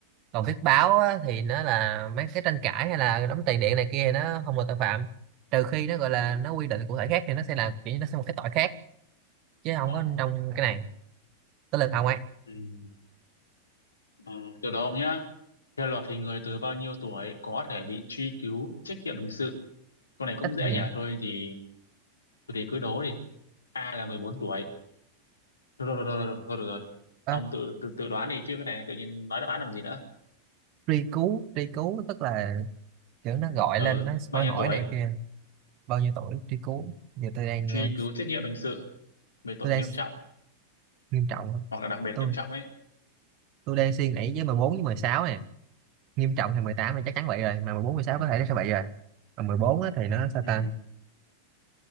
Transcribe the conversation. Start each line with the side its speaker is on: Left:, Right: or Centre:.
Right: còn viết báo á, thì nó là mấy cái tranh cãi hay là đóng tiền điện này kia thì nó không là tội phạm trừ khi nó gọi là
Left: ừ
Right: nó quy định cụ thể khác thì nó sẽ là kiểu như nó sẽ một cái tội khác chứ không
Left: Ờ,
Right: có trong cái này tới lượt ông ấy
Left: ừ Ờ, từ đó ông nhá theo luật thì người từ bao nhiêu tuổi có thể bị truy cứu trách nhiệm hình sự câu này cũng
Right: trách
Left: dễ
Right: nhiệm
Left: nhỉ thôi thì thôi thì cứ đố đi a là 14 tuổi rồi rồi rồi rồi rồi, rồi, rồi,
Right: à,
Left: ông tự, tự tự đoán đi chứ cái này tự nhiên nói đáp án làm gì nữa
Right: truy cứu truy cứu tức là kiểu nó gọi
Left: ừ
Right: lên nó
Left: bao
Right: hỏi
Left: nhiêu
Right: hỏi
Left: tuổi
Right: này kia bao nhiêu tuổi truy cứu giờ tôi đang
Left: truy
Right: ờ,
Left: cứu trách nhiệm hình sự về tội
Right: tôi đang
Left: nghiêm trọng
Right: nghiêm trọng không
Left: hoặc là đặc biệt
Right: tôi
Left: nghiêm trọng ấy
Right: tôi đang suy nghĩ với 14 với 16 này nghiêm trọng thì 18 thì chắc chắn vậy rồi mà mười bốn mười sáu có thể nó sẽ vậy rồi mà 14 á, thì nó sao
Left: ừ
Right: ta